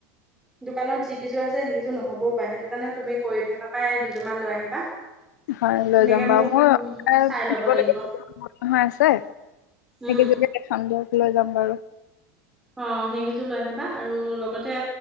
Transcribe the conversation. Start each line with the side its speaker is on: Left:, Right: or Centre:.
Centre: দোকানত যি কিযোৰ আছে সেই কিযোৰ নহ'বও পাৰে সেইটো কাৰণে তুমি কৰি থাকা পাই দুযোৰ মান লৈ আহিবা,
Left: হয় লৈ
Centre: ধুনীয়াকে
Left: যাম বাৰু
Centre: মোক
Left: মোৰ
Centre: উ চাই
Left: কিনিবলগীয়া
Centre: লব লাগিব
Left: কিছুমান বস্তু নহয় আছে সেইকেইযোৰকে
Centre: উম
Left: দেখাম দিয়ক লৈ যাম বাৰু।
Centre: অঁ সেইকেইযোৰ লৈ আহিবা আৰু লগতে